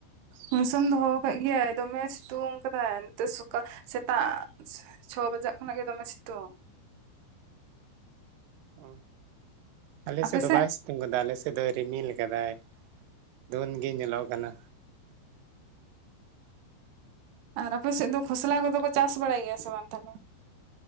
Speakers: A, on the right; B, on the right.
A: ᱢᱳᱥᱩᱢ ᱫᱚᱦᱚ ᱟᱠᱟᱫ ᱜᱮᱭᱟᱭ ᱫᱚᱢᱮ ᱥᱤᱛᱩᱝ ᱠᱟᱫᱟᱭ ᱱᱤᱛᱳᱜ ᱥᱚᱠᱟᱞ ᱥᱮᱛᱟᱜ ᱪᱷᱚ ᱵᱟᱡᱟᱜ ᱠᱷᱚᱱᱟᱜ ᱜᱮ ᱫᱚᱢᱮ ᱥᱤᱛᱩᱝ।
B: ᱚ ᱟᱞᱮᱥᱮᱫ
A: ᱟᱯᱮ
B: ᱫᱚ
A: ᱥᱮᱫ
B: ᱵᱟᱭ ᱥᱤᱛᱩᱝ ᱠᱟᱫᱟ ᱟᱞᱮᱥᱮᱫ ᱫᱚ ᱨᱤᱢᱤᱞ ᱟᱠᱟᱫᱟᱭ ᱫᱷᱩᱸᱛ ᱜᱮ ᱧᱮᱞᱚᱜ ᱠᱟᱱᱟ
A: ᱟᱨ ᱟᱯᱮᱥᱮᱫ ᱫᱚ ᱠᱷᱚᱥᱞᱟ ᱠᱚᱫᱚ ᱠᱚ ᱪᱟᱥ ᱵᱟᱲᱟᱭ ᱜᱮᱭᱟ ᱥᱮ ᱵᱟᱝ ᱛᱟᱞᱦᱮ?